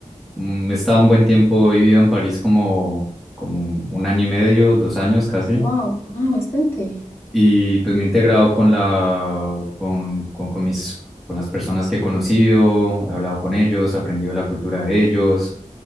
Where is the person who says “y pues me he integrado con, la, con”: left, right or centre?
Centre